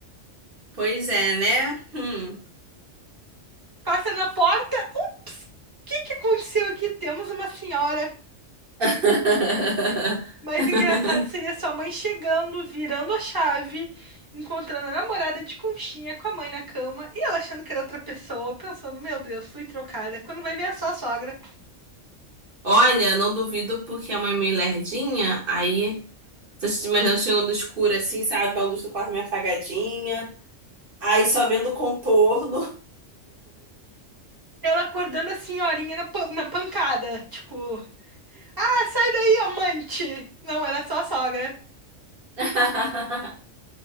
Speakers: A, on the right; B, on the right.
A: Pois é, né? Hum.
B: Passa na porta. O que que aconteceu aqui? Temos uma senhora.
A: <laughs>
B: Mas engraçado seria sua mãe chegando, virando a chave, encontrando a namorada de conchinha com a mãe na cama e ela achando que era outra pessoa, pensando, meu Deus, fui trocada. Quando vai ver é só a sogra.
A: Olha, não duvido porque a mãe é meio lerdinha, aí tô te imaginando chegando no escuro assim, sabe? A luz do quarto meio apagadinha, aí só vendo o contorno.
B: Ela acordando a senhorinha na, pan- na pancada, tipo, ah, sai daí, amante! Não, era só a sogra.
A: <laughs>